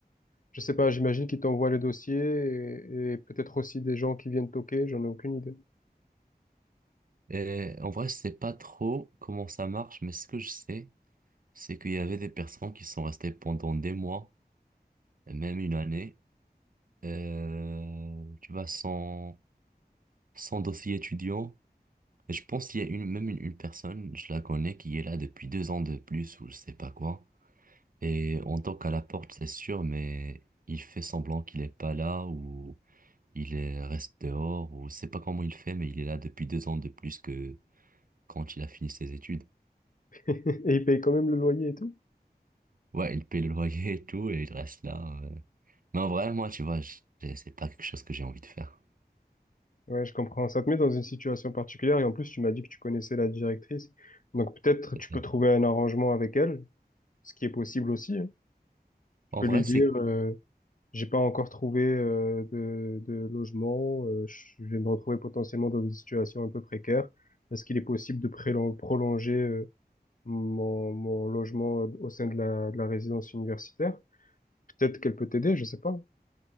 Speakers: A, on the left; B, on the right.
A: je sais pas, j'imagine qu'ils t'envoient les dossiers et, et peut-être aussi des gens qui viennent toquer, j'en ai aucune idée.
B: Et en vrai, je sais pas trop comment ça marche, mais ce que je sais, c'est qu'il y avait des personnes qui sont restées pendant des mois, même une année, euh, tu vois, sans sans dossier étudiant. Et je pense qu'il y a une même une, une personne, je la connais, qui est là depuis deux ans de plus ou je sais pas quoi. Et on toque à la porte, c'est sûr, mais il fait semblant qu'il est pas là ou il est- reste dehors ou je sais pas comment il fait, mais il est là depuis deux ans de plus que quand il a fini ses études.
A: <laughs> Et ils payent quand même le loyer et tout?
B: Ouais, il paye le loyer et tout et il reste là. euh. Mais en vrai, moi, tu vois, je- c'est pas quelque chose que j'ai envie de faire.
A: Ouais, je comprends. Ça te met dans une situation particulière et en plus, tu m'as dit que tu connaissais la directrice. Donc peut-être
B: C'est
A: tu
B: ça.
A: peux trouver un arrangement avec elle, ce qui est possible aussi. hein. Tu
B: En
A: peux
B: vrai,
A: lui dire,
B: c'est
A: euh, J'ai pas encore trouvé euh, de, de logement. euh, je vais me retrouver potentiellement dans une situation un peu précaire. Est-ce qu'il est possible de prélo- prolonger euh, mon, mon logement euh, au sein de la, de la résidence universitaire? Peut-être qu'elle peut t'aider, je sais pas.